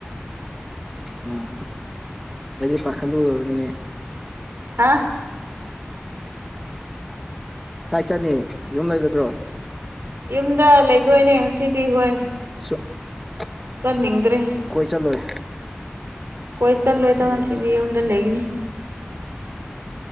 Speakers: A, in the centre; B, on the right (about 75°).
A: ꯎꯝ ꯑꯩꯗꯤ ꯄꯈꯠꯂꯨꯔꯕꯅꯤ
B: ꯍꯥ
A: ꯀꯥꯏ ꯆꯠꯅꯤ ꯌꯨꯝ ꯂꯩꯒꯗ꯭ꯔꯣ
B: ꯌꯨꯝꯗ ꯂꯩꯗꯣꯏꯅꯦ ꯉꯁꯤꯗꯤ ꯍꯣꯏ
A: <inaudible>
B: ꯆꯠ ꯅꯤꯡꯗ꯭ꯔꯦ
A: ꯀꯣꯏ ꯆꯠꯂꯣꯏ
B: ꯀꯣꯏ ꯆꯠꯂꯣꯏꯗ
A: ꯎꯝ
B: ꯉꯁꯤꯗꯤ ꯌꯨꯝꯗ ꯂꯩꯒꯅꯤ